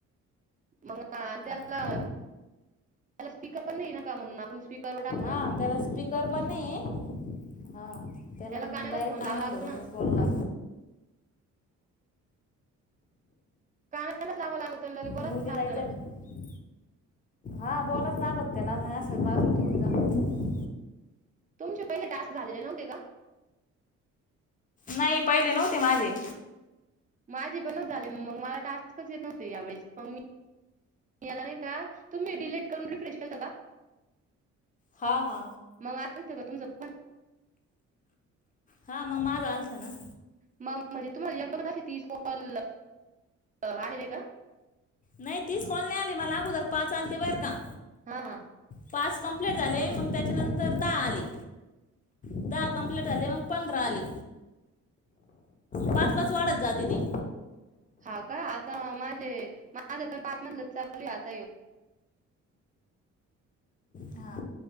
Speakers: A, on the right; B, on the left.
A: मग आणि
B: हा
A: त्याला त्याला स्पीकर पण नाही ना का म्हणून आपण स्पीकरवर टाक
B: हा त्याला स्पीकर पण नाही आहे हा त्याला म
A: कानालाच
B: डायरेक्ट
A: फोन लावा
B: कानाला
A: लागतो
B: धरूनच
A: ना.
B: बो बोलला
A: कानाचं लावा लागत. आणि लगे बोलावच
B: मग उद्या
A: लागत
B: जायचं
A: ना.
B: का? हा बोलच लागत त्याला नाही असं बाजून ठेऊन जाऊ
A: तुमचे पहिले टास्क झालेले नव्हते का?
B: नाही पहिले नव्हते माझे.
A: माझे पण झाले मग मला टास्कच येत नव्हते यावेळेस मग मी याला नाही का तुम्ही डिलेट करून रिफ्रेश केलता का?
B: हा हा.
A: मग आलतो का तुमचा पण?
B: हा मग मा आलता ना.
A: मग म्हणजे तुम्हाला एकदम अशी तीस कॉल आलेले का?
B: नाही तीच कॉल नाही आली मला अगोदर पाच चालते बरं का.
A: हा हा.
B: पाच कम्प्लीट झाले मग त्याच्यानंतर दहा आली. दहा कमप्लीट झाले मंग पंधरा आले पाच-पाच वाढत जाते ती.
A: हा का आता माझे माझं पण पाच मधलं चालू आता ये
B: हा